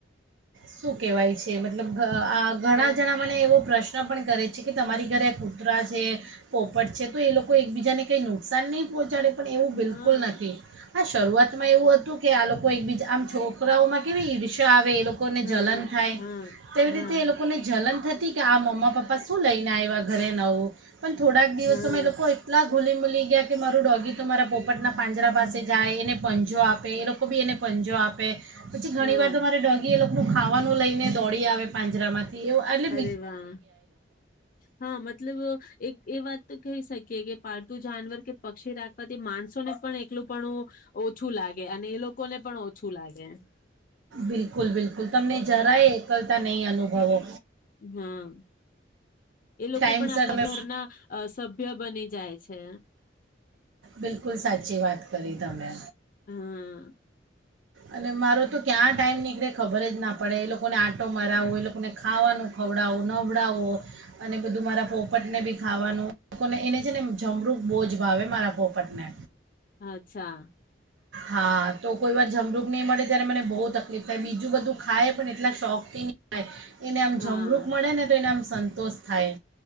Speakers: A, on the right (about 80°); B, on the left (about 45°).
A: શું કહેવાય છે મતલબ આ ઘણા
B: બરા
A: જણા મને એવો પ્રશ્ન પણ કરે છે કે તમારી ઘરે કૂતરા છે, પોપટ છે, તો એ લોકો એકબીજાને કંઈ નુકસાન નહીં પહોંચાડે. પણ એવું બિલકુલ
B: હા
A: નથી. હા શરૂઆતમાં એવું હતું કે આ લોકો એકબીજા આમ છોકરાઓમાં કેવી ઈર્ષા આવે. લોકોને
B: હા
A: જલન થાય
B: હા
A: તેવી
B: હા
A: રીતે એ લોકોને જલન થી કા આ મમ્મા પપ્પા શું લઈને આવ્યા ઘરે નવું. પણ થોડાક દિવસમાં
B: હા
A: એ લોકો એટલા ખૂલી મૂલી ગયા કે મારું ડોગી તો મારા પોપટના પાંજરા પાસે જાય એને પંજો આપે એ લોકો બી એને પંજો આપે. પછી ઘણી
B: હા
A: વાર તમારે ડોગી એ લોક નું ખાવાનું લઈ ને દોડી આવે પાંજરામાંથી એવું આટલે
B: એવા હા મતલબ એક એ વાત તો કહી શકીએ કે પા પાલતું જાનવર કે પક્ષી રાખવાથી માણસોને પણ એકલું પડું ઓછું લાગે, અને એ લોકોને પણ ઓછું લાગે.
A: બિલકુલ બિલકુલ તમને જરાય એકલતા નહી અનુભવો.
B: હા. એ લોકો
A: ટાઈમસર
B: પણ આપણા
A: તમે
B: ઘરના અ સભ્ય બની જાય છે.
A: બિલકુલ સાચી વાત કરી તમે.
B: હા.
A: અને મારો તો ક્યાં ટાઈમ નીકળે ખબર જ ના પડે એ લોકોને આંટો મરાવો, એ લોકોને ખાવાનું ખવડાવું, નવડાવો અને બધું મારા પોપટને બી ખાવાનું એ લોકોને એને છે ને જમરૂખ બોજ ભાવે મારા પોપટને.
B: અચ્છા.
A: હા તો કોઈ વાર જમરૂ ની મળે ત્યારે મને બો તકલીફ થાય બીજું બધું ખાય પણ એટલા શોખથી ની ખાય. એને આમ
B: હા
A: જમરૂખ મળે ને તો એના સ સંતોષ થાય.